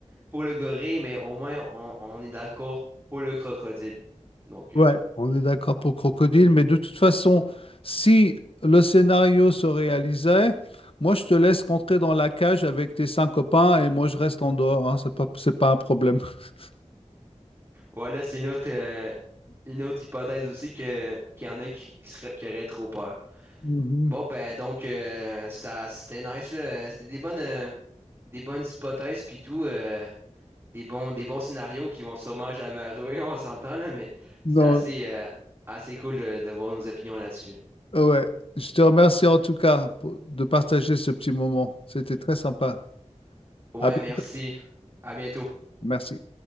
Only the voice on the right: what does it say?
pour le gorille, mais au moins, on, on est d'accord pour le crocodile. Donc,
euh,
Ouais, là, c'est une autre, euh, une autre hypothèse aussi que qu'il y en a qui, qui, seraient- qui auraient trop peur.
Bon, ben donc euh, ça c'était nice là. C'était des bonnes euh, des bonnes hypothèses puis tout, euh, des bons des bons scénarios qui vont sûrement jamais arriver, <laughs> on s'entend là, mais c'était
assez euh, assez cool de, de voir nos opinions là-dessus.
Ouais,
merci. À bientôt.